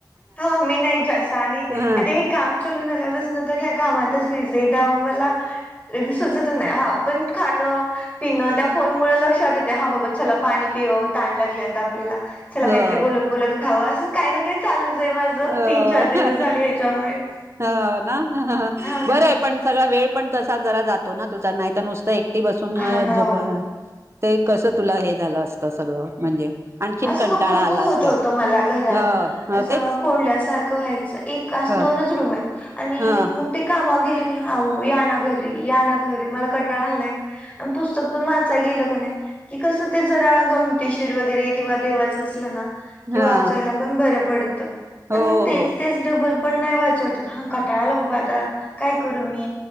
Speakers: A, on the left (about 20°); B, on the right (about 35°).
A: हा मी नाही जास्त आणि
B: ह
A: आता हे काम चालू झाल्या बसन तर ह्या कामात त रेदाव मला र सुचत नाही हा पण खाणं पिणं त्या फोन मु लक्षात येते हा बाबा चला पाणी पिव ताण लागले आता आपल्याला चला
B: ह
A: काहीतरी बोलत बोलत खावं असं काही ना काही चालूच आहे माझं
B: अ
A: तीन चार दिवस झाले ह्याच्यामुळे
B: हो ना
A: हा
B: बर
A: ना
B: आहे पण सगळा वेळ पण तसा जरा जातो ना तुझा नाही तर नुसतं एक ती बसून
A: हा ना
B: झोप
A: हो
B: ते कसं तुला हे झालं असतं सगळं म्हणजे. आणखीन
A: असं
B: कंटाळा
A: नको नको
B: आला
A: होत
B: असत
A: होतं मला घरात.
B: ह हो
A: असं
B: तेच
A: कोंडल्यासारखं व्हायचं एक असं
B: ह
A: दोनच रूम आहेत. आणि
B: ह
A: मग ते का गे या ना घरी या घरी मला कटाळा आलाय पुस्तक पण वाचाय गेल की कसं ते जरा गमतीशीर वगैरे किंवा देवाच असलं ना कि
B: हा
A: वाचायला पण बर पडतं. पण
B: हो
A: तेच
B: हो
A: तेच डबल पण नाही वाचवत हा कटाळाला बाबा आता काय करू मी